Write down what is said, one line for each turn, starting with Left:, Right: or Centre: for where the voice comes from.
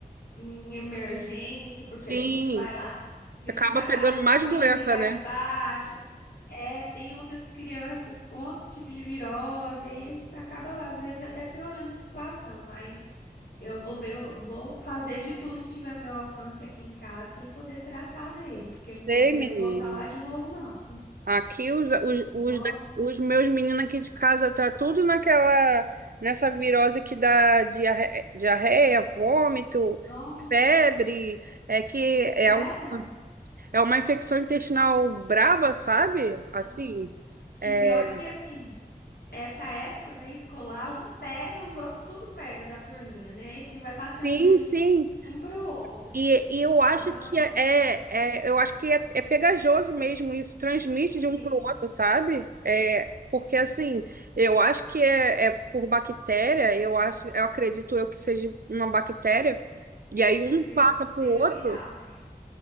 Left: em emergência, porque
Right: Sim,
Left: a gente vai lá, a criança
Right: acaba
Left: já
Right: pegando
Left: tá
Right: mais
Left: com
Right: doença,
Left: a imunidade
Right: né?
Left: baixa, É, tem outras crianças com outros tipos de virose, e aí eles acabam, às vezes, até piorando a situação, mas eu vou ver, eu vou fazer de tudo que tiver ao meu alcance aqui em casa para poder tratar dele, porque
Right: Sei,
Left: eu não tô querendo
Right: menino.
Left: voltar lá de novo, não.
Right: Aqui os, os, os,
Left: Nossa,
Right: da- os meus meninos aqui de casa tá tudo naquela nessa virose que dá diarreia, diarreia, vômito,
Left: nossa,
Right: febre, é que é,
Left: sério?
Right: um,
Left: amiga?
Right: é uma infecção intestinal braba, sabe? Assim,
Left: Ah. E
Right: é,
Left: pior que assim, essa época, né, escolar, um pega, os outros tudo pega da turminha, né? Aí assim vai passando
Right: sim,
Left: de
Right: sim.
Left: um para o outro.
Right: E, e eu acho
Left: Ah,
Right: que é,
Left: nossa, amiga,
Right: é é, eu acho que é, é pegajoso mesmo isso, transmite de um
Left: sim,
Right: para o outro, sabe? É, porque assim, eu acho que é, é por bactéria, eu acho, eu acredito eu que seja uma bactéria, e aí
Left: acredito
Right: um passa
Left: que
Right: para
Left: seja
Right: o outro.
Left: viral, né?